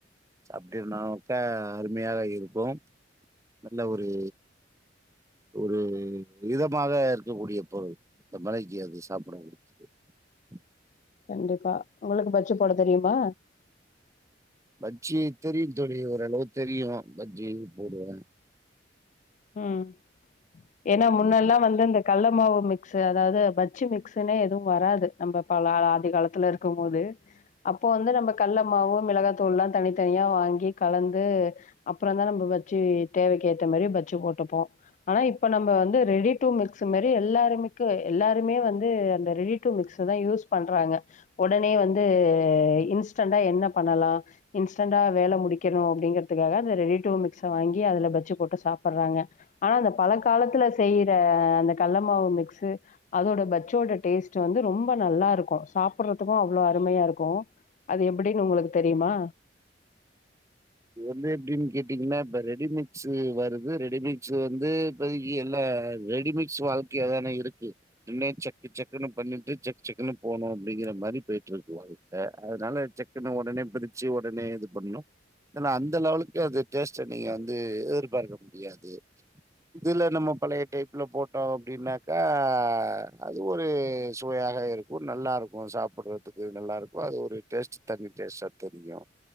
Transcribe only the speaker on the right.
சாப்ட்டீர்னாக்க அருமையாக இருக்கும் நல்ல ஒரு ஒரு இதமாக இருக்கக்கூடிய பொருள் இந்த மழைக்கி அது சாப்புடறது <inaudible>
பஜ்ஜியை தெரியு தோழி ஓரளவு தெரியு பஜ்ஜிய போடுவ
ம்
இது வந்து எப்டின்னு கேட்டீங்ன்னா இப்ப ரெடிமிக்ஸ் வருது ரெடிமிக்ஸ் வந்து இப்பதக்கி எல்லா ரெடிமிக்ஸ் வாழ்க்கையாதான இருக்கு என்ன சக்கு சக்குன்னு பண்ணிட்டு சக் செக்ன்னு போனு அப்டிங்கற மாறி போயிட்டு இருக்கு வாழ்க்க அதனால செக்குன்ன ஒடனே பிரிச்சு ஒடனே இது பண்ணணு ஏன்னா அந்த லெவலுக்கு அது டேஸ்ட் நீங்க வந்து எதிர்பார்க்க முடியாது இதுல நம்ம பழைய டைப்ல போட்டோ அப்டின்னாக்கா அது ஒரு சுவ யாக இருக்கு நல்லா இருக்கு சாப்புடுறதுக்கு நல்லா இருக்கு அது ஒரு டேஸ்ட் தனி டேஸ்ட்டா தெரியு